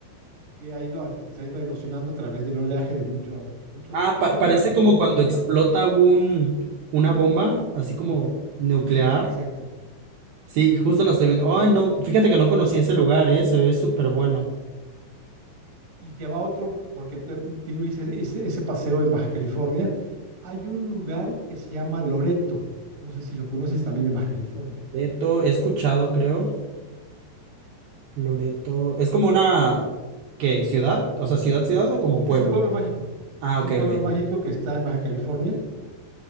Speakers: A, on the right; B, on the right.
A: que ha ido, a- se ha ido erosionando a través del oleaje de mucho, muchos,
B: Ah, pa-
A: mucho
B: parece
A: tiempo,
B: como
A: ¿no? De muchos
B: cuando
A: años.
B: explota un, una bomba, así como nuclear.
A: Exacto.
B: Sí, justo la estoy viendo. Ay, no, fíjate que no conocí ese lugar, eh, se ve súper bueno.
A: y te va otro, porque te, te digo, hice, hice ese paseo en Baja California, hay un lugar que se llama Loreto, no sé si lo conoces también en Baja California.
B: Loreto, he escuchado, creo. Loreto, es como una, ¿qué? ¿Ciudad? O sea, ciudad, ciudad o como pueblo.
A: Es un pueblo mágico,
B: Ah,
A: es
B: ok,
A: un pueblo
B: ok.
A: mágico que está en Baja California,